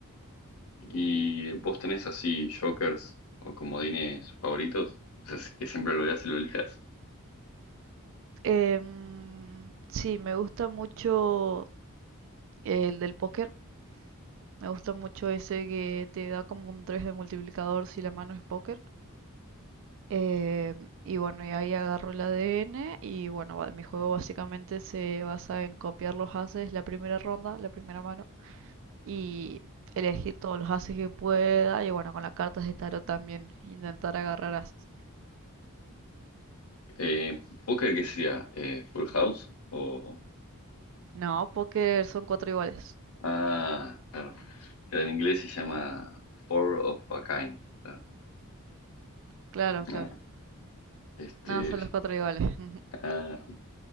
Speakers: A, on the left (about 75°); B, on the right (about 60°).
A: ¿Y vos tenés así jokers o comodines favoritos? O sea, que siempre lo veas y lo elijas.
B: Em, sí, me gusta mucho el del póker. Me gusta mucho ese que te da como un 3 de multiplicador si la mano es póker. Eh, y bueno, y ahí agarro el ADN y bueno, va- mi juego básicamente se basa en copiar los ases la primera ronda, la primera mano, y elegir todos los ases que pueda y bueno, con las cartas de tarot también intentar agarrar ases
A: Eh, ¿póker qué sería? Eh, ¿Full House? O.
B: No, póker son cuatro iguales.
A: Ah, claro. Que en inglés se llama Four of a Kind. claro.
B: Claro, claro.
A: Ah, este,
B: Nada, son los cuatro iguales. <laughs>
A: ah,